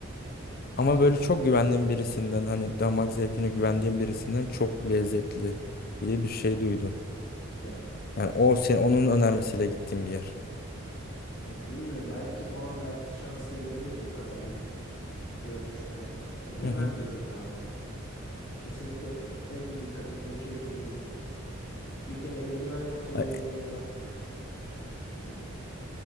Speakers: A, on the left; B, on the left.
A: ama böyle çok güvendiğim birisinden hani damak zevkine güvendiğim birisinden çok lezzetli diye bir şey duydun.
B: Ya,
A: Yani o senin onun önermesiyle gittiğim bir yer.
B: ya bilmiyorum belki o an belki şans verebilirim o kadar gidip görmüşken. Ya yemem
A: Hı hı.
B: gibi ya ama. Kesinlikle en dikkat ettiğim şey temizlik ya. Bir kere eldiven yoksa o
A: Ay,
B: yemeği yemem direkt.